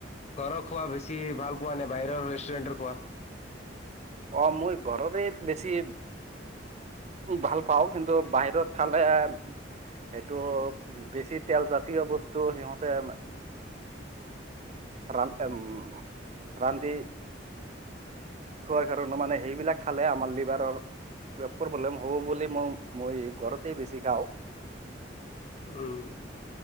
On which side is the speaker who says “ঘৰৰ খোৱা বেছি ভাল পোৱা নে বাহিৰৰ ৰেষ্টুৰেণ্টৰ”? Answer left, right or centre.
Left